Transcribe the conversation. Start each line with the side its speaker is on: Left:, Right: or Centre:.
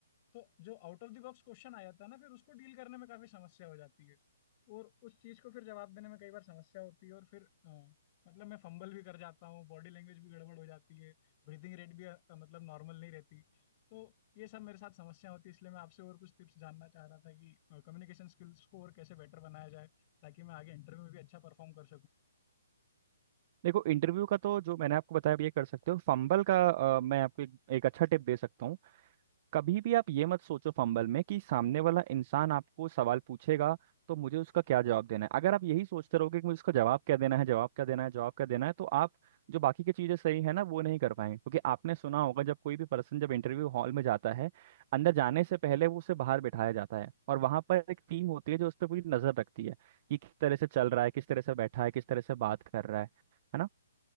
Left: तो जो out of the box question आ जाता है ना फिर उसको डील करने में काफी समस्या हो जाती है और उस चीज को फिर जवाब देने में कई बार समस्या होती है और फिर अ, मतलब मैं फंबल भी कर जाता हूँ बॉडी लैंग्वेज भी गड़बड़ हो जाती है ब्रीथिंग रेट भी अ, मतलब नॉर्मल नहीं रहती तो ये सब मेरे साथ समस्या होती है इसलिए मैं आपसे और कुछ टिप्स जानना चाह रहा था कि कम्युनिकेशन स्किल्स को और कैसे बेटर बनाया जाए ताकि मैं आगे इंटरव्यू में भी अच्छा परफॉर्म कर
Right: देखो इंटरव्यू का तो जो मैंने आपको बताया आप ये कर सकते हो फंबल का अ, मैं आपको एक, एक अच्छा टिप दे सकता हूँ कभी भी आप ये मत सोचो फंबल में कि सामने वाला इंसान आपको सवाल पूछेगा तो मुझे उसका क्या जवाब देना है अगर आप यही सोचते रहोगे कि मुझे उसका जवाब क्या देना है जवाब क्या देना है जवाब क्या देना है तो आप जो बाकी की चीजें सही है ना वो नहीं कर पाएंगे क्योंकि आपने सुना होगा जब कोई भी पर्सन जब इंटरव्यू हॉल में जाता है अंदर जाने से पहले वो उसे बाहर बिठाया जाता है और वहां पर एक टीम होती है जो उस पर पूरी नजर रखती है कि किस तरह से चल रहा है किस तरह से बैठा है किस तरह से बात कर रहा है है ना